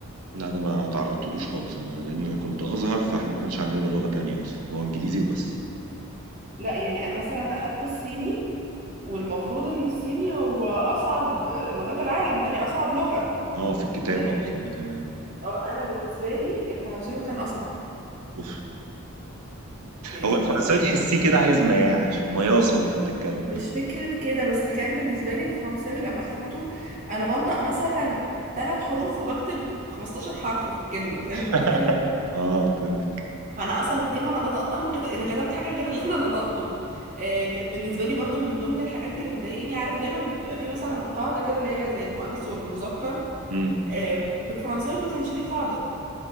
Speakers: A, on the right; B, on the right.
A: لا انا ما تعرضتلوش خالص انا لان انا كنت ازهر فاحنا ما كانش عندنا لغة تانية اصلا هو انجليزي وبس
B: لا يعني انا مثلا اخدت الصيني والمفروض ان الصيني هو اصعب آه، لغات العالم تاني اصعب لغه
A: اه في الكتابة
B: آه،
A: اصلا كمان
B: أو انا بالنسبه لي الفرنساوي كان اصعب
A: اوف
B: يعني
A: هو
B: انت
A: الفرنساوي
B: متخيل
A: تحسيه كده عايز مياعش مياصة وانت بتتكلم
B: مش فكرة كده بس كان بالنسبة لي الفرنساوي لما خدته أنا بنطق مثلا ثلاث حروف وبكتب 15 حرف في الكلمة فاهم
A: <laughs>
B: الفكرة؟
A: اه فهمت
B: فأنا أصلا الكلمة أنا نطقتها ما كت... أنا كتبت حاجة غير اللي أنا نطقته آه كانت بالنسبة لي برضو من ضمن الحاجات اللي بتضايقني عارف دايما بتبقى في مثلا قاعدة كده اللي هي زي المؤنث والمذكر
A: امم
B: آه في الفرنساوي ما كانش ليه قاعدة